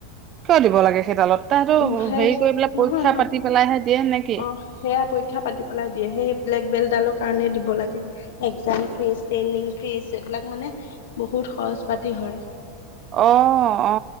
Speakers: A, on the right; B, on the left.
A: কিয় দিব লাগে সেই ডালত, তাইটো
B: উম সেই
A: হেৰি কৰি পেলাই
B: নহয়
A: পৰীক্ষা
B: নহয়
A: পাতি পেলাইহে দিয়ে নেকি?
B: অ সেয়া পৰীক্ষা পাতি পেলাই দিয়ে, সেই ব্লেক বেল্টডালৰ কাৰণে দিব লাগে। একজাম ফিজ, ট্ৰেইনিং ফিজ, এইবিলাক মানে বহুত খৰজ পাতি হয়।
A: অ। অ